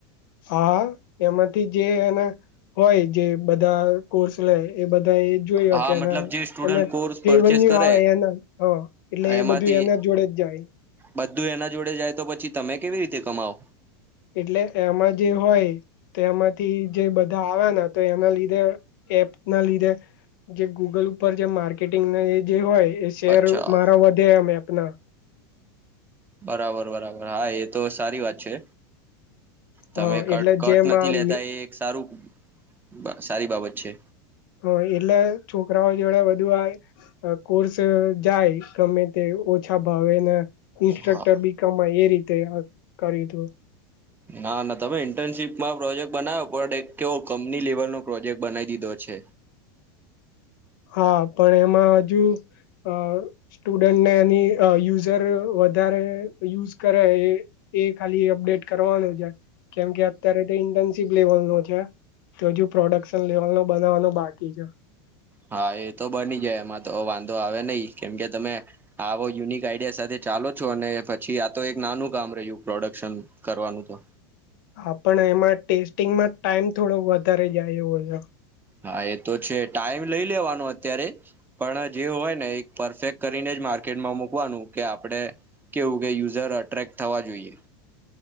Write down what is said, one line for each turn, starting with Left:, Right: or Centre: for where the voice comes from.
Left: હા. એમાંથી જે એના હોય જે બધા કોર્સ લેય એ બદ બધએ જોયયા
Right: હા
Left: કેના
Right: મતલબ જે સ્ટુડન્ટ
Left: એને
Right: કોર્સ
Left: તે
Right: પરચેસ
Left: બન્યું
Right: કરે
Left: આવે એના હ એટલે એ
Right: એમાંથી
Left: બધું એના જો જોડે જ જાય
Right: બધું એના જોડે જાય તો પછી તમે કેવી રીતે કમાવ?
Left: એટલે એમાં જે હોય તેમાંથી જે બધા આવેને તે એના લીધે એપ ના લીધે જે ગૂગલ ઉપર જે માર્કેટિંગને જે હોય એ શેર
Right: અચ્છા
Left: મારા વધે એમ એપના
Right: બરાબર બરાબર હા એ તો સારી વાત છે. તમે
Left: હ
Right: કટ
Left: એટલે
Right: કટ
Left: જેમાં
Right: નથી લેતા એ એક સારું બ-સારી બાબત છે.
Left: હ એટલે છોકરાઓ જોડે વધુ આય-અ કોર્સ જાય ગમે તે ઓછા ભાવેન ઇન્સ્ટ્રક્ટર
Right: હા
Left: બી કમાય એ રીતે હ-કરીદુ
Right: ના ના તમે ઇન્ટર્નશીપમાં પ્રોજેક્ટ બનાયો પણ એક કેવ કંપની લેવલનો પ્રોજેક્ટ બનાઈ દીધો છે.
Left: હા પણ એમાં હજુ અ-સ્ટુડન્ટને એની અ-વધારે યુઝ કરે એ એ ખાલી અપડેટ કરવાનું છે, કેમકે અત્યારે તો ઇન્ટર્નશીપ લેવલનો છે. તો હજુ પ્રોડક્શન લેવલનો બનાવાનો બાકી છે.
Right: હા એ તો બની જાય એમાં તો વાંધો આવે નઈ કેમ કે તમે આવો યુનિક આઈડિયા સાથે ચા લો છો અને પછી આ તો એક નાનું કામ રહ્યું પ્રોડક્શન કરવાનું તો
Left: હા પણ એમાં ટેસ્ટિંગમાં ટાઈમ થોડો વધારે જાયો હો <inaudible>
Right: હા એ તો છે ટાઈમ લઈ લેવાનો અત્યારે પણ જે હોય ને એક પરફેક્ટ કરીને જ મા માર્કેટમાં મુકવાનુ કે આપણે કેવું કે યુઝર અટ્રેક્ટ થવા જોઈએ.